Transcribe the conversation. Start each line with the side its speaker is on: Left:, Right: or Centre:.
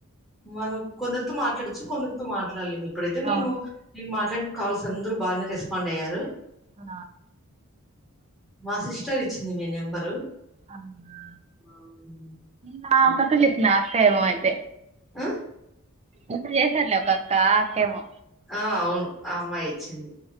Centre: మనం కొందరితో మాట్లాడచ్చు కొందరితో మాట్లాడలేము ఇప్పుడైతే నేను
Right: అవును
Centre: నేను మాట్లాడి కాల్స్ అందరు బానే రెస్పాండ్ అయ్యారు
Right: ఆ
Centre: బాసిస్ ఇచ్చింది మీ నెంబరు
Right: అవునా
Centre: హ్మ్.
Right: నాకథ
Centre: ఆ
Right: చెప్పిన అక్క ఏమో అయితే
Centre: ఆ
Right: ఎంత చేశారలే ఒకక్క అక్కేమో
Centre: ఆ అవును ఆ అమ్మాయే ఇచ్చింది,